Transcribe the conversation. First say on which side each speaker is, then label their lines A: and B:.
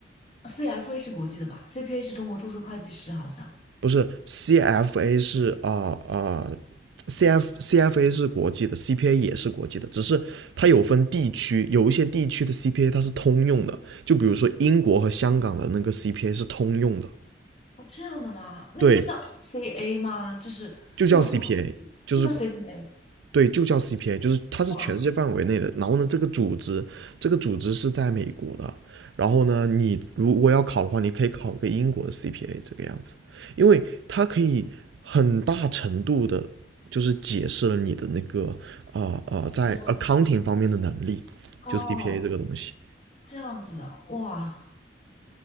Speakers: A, on the left; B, on the right.
A: ？CFA 是国际的吧？CPA 是中国注册会计师好像。
B: 不是 CFA 是啊啊、CF CFA 是国际的，CPA 也是国际的，只是它有分地区，有一些地区的 CPA 它是通用的，就比如说英国和香港的那个 CPA 是通用的，
A: 哦，这样的吗？那个是叫
B: 对，
A: CA 吗？就是注册会计就叫
B: 就叫 CPA，就是。
A: CPA。
B: 对，就叫 CPA，就是它是全世界范围内的。
A: 哇塞，
B: 然后呢，这个组织，这个组织是在美国的。然后呢，你如果要考的话，你可以考个英国的 CPA 这个样子，因为它可以很大程度的，就是解释了你的那个呃呃在
A: 还是个问题
B: accounting 方面的能力，
A: 哦，
B: 就 CPA 这个东西。
A: 这样子啊，哇，